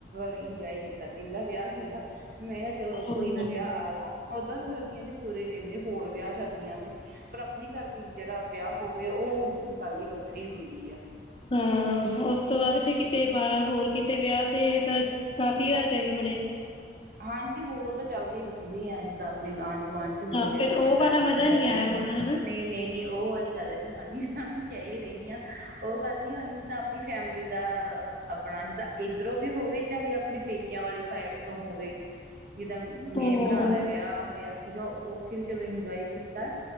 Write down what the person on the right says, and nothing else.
ਇੰਜੋਏ ਕੀਤਾ ਪਹਿਲਾ ਵਿਆਹ ਸੀਗਾ ਮੈਂ ਕਿਹਾ ਚਲੋ
ਕੋਈ ਤਾਂ ਵਿਆਹ ਆਇਆ ਓਦਾਂ ਫਿਰ ਚ ਤੁਰੇ ਦਿੰਦੇ ਹੋਰ ਵਿਆਹ ਸ਼ਾਦੀਆਂ ਦੇ ਪਰ ਆਪਣੇ ਘਰ ਦੀ ਜਿਹੜਾ ਵਿਆਹ ਹੋਵੇ ਉਹ ਖਾਲੀ ਵੱਖਰੀ ਹੁੰਦੀ ਆ।
ਹਾਂਜੀ ਹੋਰ ਤਾਂ ਚੱਲਦੀ ਰਹਿੰਦੀ ਆ ਜਦਾਂ ਆਪਣੇ ਗਾਂਢ ਵਾਨ ਚ ਹੋ
ਗਿਆ
ਰਿਸ਼ਤੇਦਾਰੀ
ਚ ਹੋ
ਗਿਆ
ਨਹੀਂ ਨਹੀਂ ਨਹੀਂ ਉਹ ਵਾਲੀ ਗੱਲ ਮੰਨਨੀ ਇਹਨਾਂ ਨੂੰ ਕ ਹੀ ਰਹੀ ਹ। ਉਹ ਗੱਲ ਨੀ ਹਦੀ ਜਿੱਦਾਂ ਆਪਣੀ ਫੈਮਿਲੀ ਦਾ ਆਪਣਾ ਜਿੱਦਾਂ ਇੱਧਰੋਂ ਵੀ ਹੋਵੇ। ਚਾਹੇ ਆਪਣੇ ਪੇਕਿਆਂ ਵਾਲੀ ਸਾਈਡ ਤੋਂ ਹੋਵੇ ਜਿੱਦਾਂ
ਮੇਰੇ ਭਰਾ ਦਾ ਵਿਆਹ ਹੋਇਆ ਸੀਗਾ ਉੱਥੇ ਵੀ ਚਲੋ ਇੰਜੋਏ ਕੀਤਾ